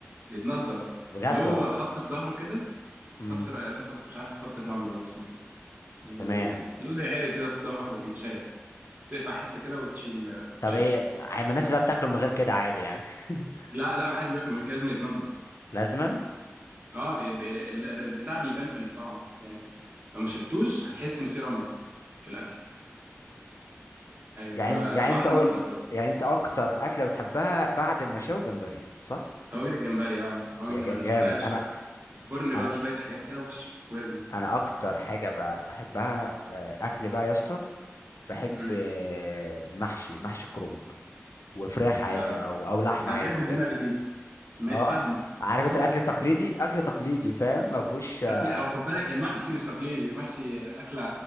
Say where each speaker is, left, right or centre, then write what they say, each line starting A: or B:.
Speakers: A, on the right; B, on the left.
A: بيتنضف
B: بجد
A: له
B: والله
A: خط في ظهره كده
B: امم
A: خط ر- اسمه خط مش عارف خط الرمل ولا اسمه ايه يعني
B: تمام
A: له زي عرق كده في ظهره بيتشال بتقطع حته كده وتشيل وتشده
B: طب ايه عم- الناس كلها بتاكله من غير كده عادي يعني <laughs>
A: لا لا ما حدش بياكل من غير- لازم يتنضف
B: لازما
A: اه ب- ب- ال- البتاع بيبان في الطعم يعني لو ما شلتوش هتحس ان في رمل في الاكل ايوه
B: يعني
A: فبعرف
B: انت يعني انت قول
A: انضف يعني
B: يعني انت اكتر اكله بتحبها بعد المشاوي وجمبري صح
A: طواجن الجمبري اه طواجن
B: يا
A: الجمبري
B: جا- جامد
A: بتحطها يا باشا
B: انا
A: في الفرن
B: انا
A: بقى بشويه حاجات كده وفش وارمي
B: انا اكتر حاجه ب- بحبها آه، اكل بقى يا اسطى بحب
A: مم.
B: آه، محشي محشي كرنب وفراخ عادي
A: آه
B: او او لحمه
A: انا
B: عادي
A: بحب الدماغ
B: فاهم
A: دي ما-
B: اه
A: فاهمك
B: عارف
A: <laughs>
B: انت الاكل التقليدي اكل تقليدي فاهم ما فيهوش
A: مش تقليدي
B: آه،
A: هو خد بالك المحشي مش تقليدي المحشي اكله